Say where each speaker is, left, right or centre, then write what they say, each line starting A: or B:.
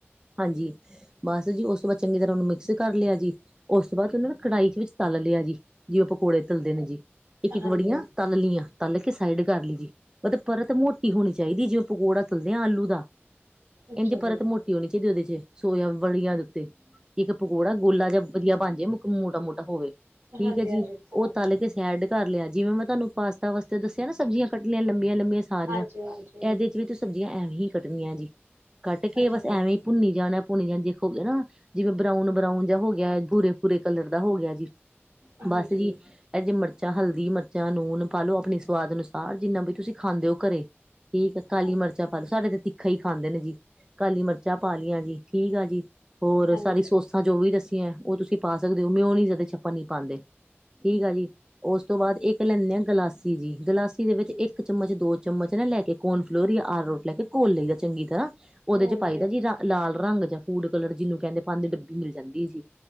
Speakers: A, on the right; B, on the right.
A: ਹਾਂਜੀ ਮਾਸਟਰ ਜੀ ਉਸ ਤੋਂ ਬਾਅਦ ਚੰਗੀ ਤਰ੍ਹਾਂ ਉਹਨੂੰ ਮਿਕਸ ਕਰ ਲਿਆ ਜੀ ਉਸ ਤੋਂ ਬਾਅਦ ਉਹਨਾਂ ਨੂੰ ਕੜਾਈ ਚ ਤਲ ਲਿਆ ਜੀ ਜਿਵੇ ਪਕੋੜੇ ਤਲਦੇ ਨੇ ਜੀ ਇੱਕ ਇੱਕ
B: ਹਾਂਜੀ
A: ਵੜੀਆਂ ਤਲ ਲਈਆਂ ਤਲ ਕੇ ਸਾਈਡ ਕਰ ਲਈ ਜੀ ਪਰਤ ਮੋਤੀ ਹੋਣੀ ਚਾਹੀਦੀ ਜਿਵੇ ਪਕੋੜਾ ਤਲਦੇ ਆਲੂ ਦਾ
B: ਅੱਛਾ
A: ਇੰਜ ਪਰਤ
B: ਜੀ
A: ਮੋਟ ਵਿਚ ਸੋਇਆ ਵੜੀਆ ਉਤੇ ਇੱਕ ਪਕੌੜਾ ਗੋਲਾ ਜਿਹਾ ਵਧੀਆ ਬਣ ਜਾਏ ਮੋਟਾ ਮੋਟਾ ਹੋਵੇ ਠੀਕ
B: ਹਾਂਜੀ
A: ਹੈ ਜੀ
B: ਹਾਂਜੀ ਸਮਝ
A: ਉਹ ਤਾਲੇ
B: ਗਏ
A: ਕੇ ਐਡ ਕਰ ਲਿਆ ਜਿਵੇਂ ਮੈਂ ਤੁਹਾਨੂੰ ਪਾਸਾ ਵਾਸਤੇ ਦੱਸਿਆ ਨਾ ਸਬਜੀਆਂ ਕੱਢਣੀਆਂ ਲੰਬੀਆਂ ਲੰਬੀਆਂ ਸਾਰੀਆਂ
B: ਹਾਂਜੀ ਹਾਂਜੀ
A: ਇਹਦੇ ਚ ਵੀ ਤੁਸੀਂ ਸਬਜੀਆਂ ਐਵੇਂ ਹੀ ਕੱਢਣੀਆਂ ਜੀ ਕੱਢ ਕੇ
B: ਅੱਛਾ
A: ਬਸ
B: ਜੀ
A: ਐਵੇਂ ਹੀ ਭੁੰਨੀ ਜਾਣਾ ਹੁਣੇ ਦੇਖੋ ਗੇ ਨਾ ਜਿਵੇਂ ਬਰਾਊਨ ਬਰਾਊਨ ਜਿਹਾ ਹੋ ਗਿਆ ਪੂਰੇ ਪੂਰੇ ਕਲਰ ਦਾ ਹੋ ਗਿਆ ਜੀ
B: ਹਾਂਜੀ
A: ਬਸ ਜੀ ਇਹਦੀ ਮਿਰਚਾਂ ਹਲਦੀ ਮਿਰਚਾਂ ਨੂਨ ਪਾ ਲਓ ਬਾਦਲ ਸਾਹਿਬ ਜੀ ਨਵੀ ਤੁਸੀਂ ਖਾਂਦੇ ਹੋ ਘਰੇ ਠੀਕ ਹ ਕਾਲੀ
B: ਹਾਂਜੀ
A: ਮਿਰਚਾਂ ਪਾ ਲਓ ਸਾਰੇ ਤੀ ਕਈ ਖਾਂਦੇ ਨੇ ਜੀ ਕਾਲੀ ਮਿਰਚਾਂ ਪਾ ਲਈਆਂ ਜੀ ਠੀਕ ਆ ਜੀ ਹੋਰ
B: ਹਾਂਜੀ
A: ਸਾਰੀ ਸੋਸਾਂ ਜੋ ਵੀ ਉਹ ਤੁਸੀਂ ਪਾ ਸਕਦੇ ਹੋ ਮੳਨ ਉਹੀ ਜਿਆਦਾ ਚੱਪਾ ਨਹੀਂ ਪਾਂਦੇ ਠੀਕ ਆ ਜੀ ਉਸ ਤੋਂ ਬਾਅਦ ਇੱਕ ਲੈਨੇ ਆ ਗਲਾਸੀ ਜੀ ਗਲਾਸੀ ਦੇ ਵਿੱਚ ਇੱਕ ਚਮਚ ਦੋ ਚਮਚ ਨਾ ਲੈ ਕੇ ਕੌਣ ਫਲੋਰੀ ਆਰ ਰੋਡ ਲੈ ਕੇ ਘੋਲ ਲਈ ਚੰਗੀ ਤਰ੍ਹਾਂ ਉਹਦੇ
B: ਹਾਂਜੀ,
A: ਚ ਪਾਈਦਾ ਜੀ ਲਾਲ ਰੰਗ ਜਿਹਾ ਫੂਡ ਕਲਰ ਜਿਹਨੂੰ ਕਹਿੰਦੇ ਪੰਜ ਡੱਬੀ ਮਿਲ ਜਾਦੀ ਜੀ